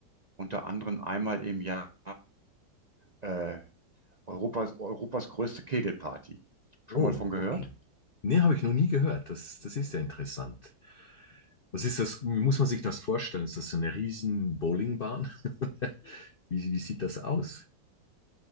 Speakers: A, on the right; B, on the left.
A: Unter anderem einmal im Jahr äh, Europas, Europas größte Kegelparty. Schon
B: Oh,
A: mal von gehört?
B: okay. Nee, habe ich noch nie gehört. Das, das ist ja interessant. Was ist das? Wie muss man sich das vorstellen? Ist das so eine riesen Bowlingbahn? <laughs> Wie, wie sieht das aus?